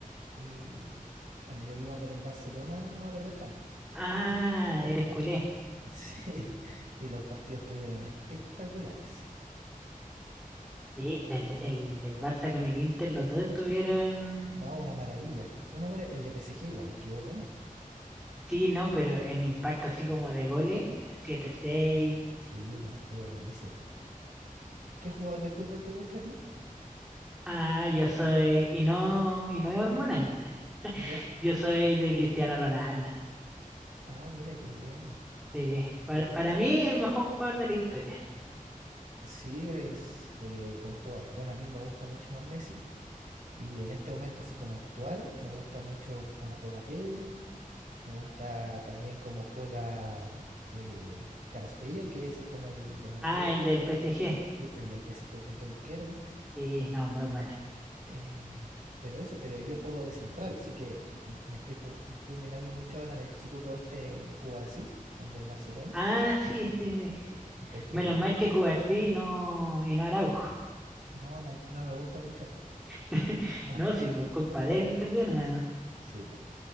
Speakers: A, on the right; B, in the centre.
A: Y, bueno, yo iba por el Barcelona, ahora la Champions.
B: Ah,
A: Los,
B: eres
A: pa-
B: culé.
A: <laughs> Sí, y los partidos estuvieron espectaculares.
B: Sí, del, el, del Barça con el Inter, los dos estuvieron.
A: No, una maravilla. Una mara- El de P S G igual estuvo bueno.
B: Sí, no, pero en impacto así como de goles, siete seis
A: Sí, no, estuvo buenísimo. ¿Qué jugador de fútbol te gusta a ti?
B: Ah, yo soy. Y no, y no es hormonal.
A: Ya.
B: Yo soy de Cristiano Ronaldo.
A: Ah, mira, qué bien.
B: Sí. Para,
A: qué bien.
B: para mí, el mejor jugador de la historia.
A: Sí, es eh, buen jugador. Bueno, a mí me gusta mucho más Messi. Y en este momento, así como actual, me gusta mucho cómo juega Pedri. Me gusta también cómo juega eh, Kvaratskhelia, que ese es como el delantero,
B: Ah,
A: el puntero
B: el del PSG.
A: iz- sí, el del P S G el puntero izquierdo.
B: Sí, no, muy bueno.
A: Eh, pero eso, pero yo juego de central, sí que me estoy, ju- me estoy mirando mucho ahora en el chico co- este Cubarsí, el del Barcelona.
B: Ah, sí, sí, sí.
A: Sí. Encuentro
B: Menos
A: que
B: mal
A: juega.
B: que Cubarsí y no, y no Araujo.
A: No, no, no me gusta mucho, no.
B: <laughs>
A: Nada.
B: No, sí, por culpa de él perdieron nada más.
A: Sí, po.